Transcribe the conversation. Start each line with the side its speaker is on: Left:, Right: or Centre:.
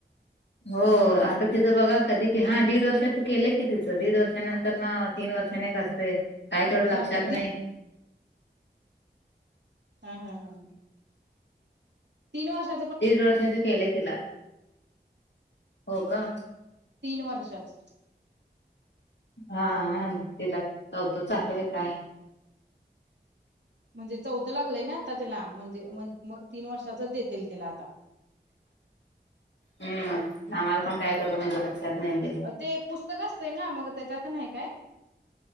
Left: हो आता तिचं बघा कधी की हा दीड वर्षाच केलं की तिचं दीड वर्षानंतर न तीन वर्षाने काय ते थोडं
Right: हा
Left: लक्षात
Right: अदी
Left: नाही...
Right: हा हा हा ह.... तीन वर्षा....
Left: दीड वर्षाचे केलेय तिला हो का?
Right: तीन वर्षाचं.......
Left: हा आणि तिला चौतं चालूय काय?
Right: म्हणजे चौथं लागलंय ना आता त्याला म्हणजे मग तीन वर्षाचच देेते त्याला आता....
Left: हम्म आम्हाला पण काय तेतं म्हणजे लक्षात नाही...
Right: ते पुस्तक असतं ना मग त्याच्यात नाही काय?